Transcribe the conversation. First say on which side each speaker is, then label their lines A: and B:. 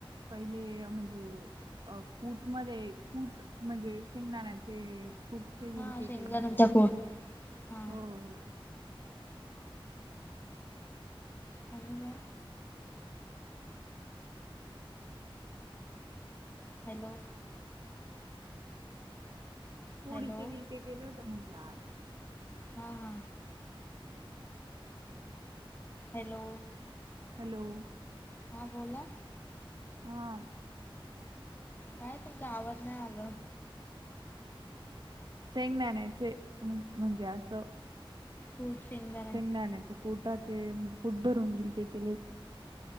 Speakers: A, on the right; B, on the left.
A: पहिले म्हणजे अ कुट मध्ये म्हणजे शेंगदाण्याचे कुट की
B: हा शेंगदाण्याचा
A: केले होत्या आज
B: कूट हा
A: हो हो
B: आणि ना हॅलो
A: फोडीचे
B: हॅलो
A: गिलके केले होते म्हटल आज
B: हा हा
A: हम्म्म
B: हॅलो
A: हॅलो
B: हां बोला
A: हं
B: काय तुमचा आवाज नाही आल
A: शेंगदाण्याचे म्हणजे अस
B: कुट शेंगदाण्याचे
A: शेंगदाण्याचे कुटाचे म्हणजे कुट भरून गिलके केले होते.